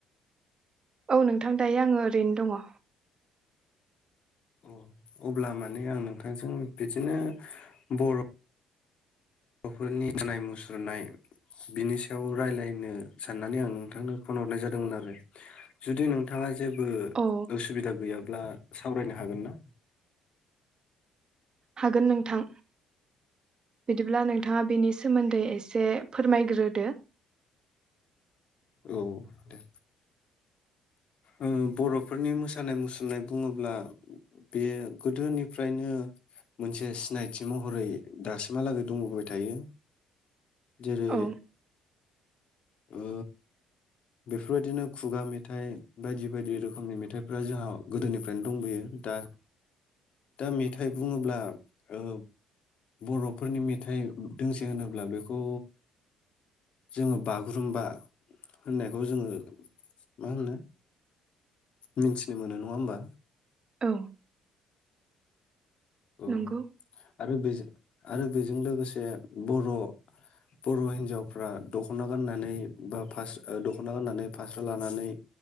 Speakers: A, on the right; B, on the left.
A: औ नोंथां दायो आङो ओरैनो दङ।
B: अ अब्ला माने आं नोंथांजों बिदिनो बर' बर'फोरनि मोसानाय मुसुरनाय बिनि सायाव रायलायनो साननानै आं नोंथांनो फन हरनाय जादोंमोन आरो जुदि नोंथाङा जेबो
A: औ
B: उसुबिदा गैयाब्ला सावरायनो हागोन ना
A: हागोन नोंथां। बिदिब्ला नोंथाङा बेनि सोमोन्दै एस से फोरमायग्रोदो।
B: औ दे। ओ बर'फोरनि मोसानाय मुसुरनाय बुङोब्ला बे गोदोनिफ्रायनो मोनसे सिनायथि महरै दासिमहालागै दंबोबाय थायो‌। जेरै
A: औ
B: ओ बेफोरबायदिनो खुगा मेथाइ बायदि बायदि रोखोमनि मेथाइफ्रा जोंहा गोदोनिफ्रायनो दंबोयो दा दा मेथाइ बुङोब्ला ओ बर'फोरनि मेथाइ दोंसे होनोब्ला बेखौ जोङो बागुरुम्बा होननायखौ जोङो मा होनो मिन्थिनो मोनो नङा होमबा।
A: औ।
B: औ
A: नंगौ
B: आरो बेजों आरो बेजों लोगोसे बर' बर' हिनजावफ्रा दख'ना गाननानै बा फास ओ दख'ना गाननानै फास्रा लानानै